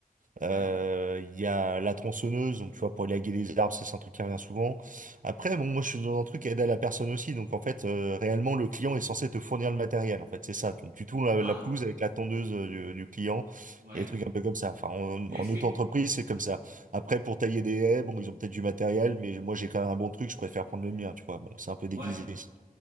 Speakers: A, on the right; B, on the right.
A: euh,
B: Ouais.
A: Il y a la tronçonneuse, donc tu vois, pour élaguer les arbres, ça c'est un truc qui revient souvent. Après, bon, moi je suis dans un truc à aider à la personne aussi, donc en fait, euh, réellement, le client est censé te fournir le matériel, en fait, c'est ça. Donc tu tournes la,
B: Ah,
A: la pelouse avec la tondeuse euh, du, du client
B: ouais.
A: et des trucs un peu comme ça. Enfin, en,
B: Mais
A: en
B: Est-ce que...
A: auto-entreprise, c'est comme ça. Après, pour tailler des haies, bon, ils ont peut-être du matériel, mais moi j'ai quand même un bon truc, je préfère prendre le mien, tu vois. Bon, c'est un peu
B: Ouais.
A: déguisé, si